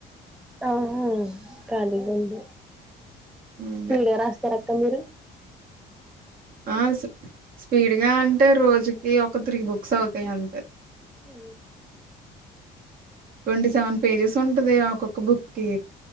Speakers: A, in the centre; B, on the right (about 60°).
A: ఆహా కాలీగ ఉంది
B: అదే.
A: ఫ్రీగా రాస్తే క మీరు
B: ఆ స్పీడ్గా అంటే రోజుకి ఒక త్రీ బుక్స్ అవుతయ్ అంతే
A: ఉ
B: ట్వంటీ సెవెన్ పేజెస్ ఉంటది ఒక్కొక్క బుక్కిి